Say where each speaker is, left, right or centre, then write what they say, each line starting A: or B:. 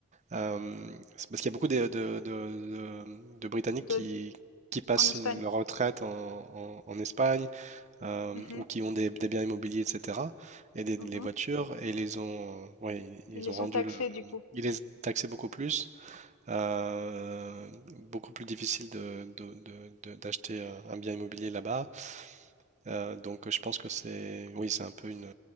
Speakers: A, on the right (about 30°); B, on the left (about 80°).
A: Euh, c'est parce qu'il y a beaucoup de, de- de- de- de Britanniques
B: de,
A: qui, qui passent
B: en Espagne?
A: une- leur retraite en, en- en Espagne euh,
B: Mhm,
A: ou qui ont des, des biens immobiliers, etc. et des,
B: mhm.
A: les voitures et ils les ont, ouais, ils
B: Ils les
A: ont rendu
B: ont taxés
A: le,
B: du coup.
A: ils les taxaient beaucoup plus. Euh, beaucoup plus difficile de, de- de- de- d'acheter euh, un bien immobilier là-bas. Euh, donc je pense que c'est, oui, c'est un peu une,